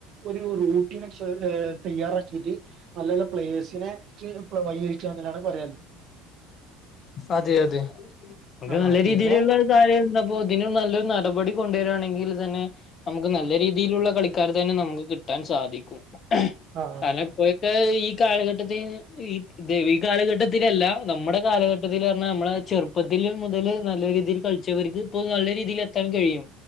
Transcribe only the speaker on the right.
ഒരു റൂട്ടീൻ ശേ ഏഹ് തയ്യാറാക്കിട്ട്. നല്ലല്ല പ്ലേയെസിനെ. ഇ വൈിഴിച്ചന്നാണ് പറയാല്
ആഹ്
പിന്നെ
ആഹ്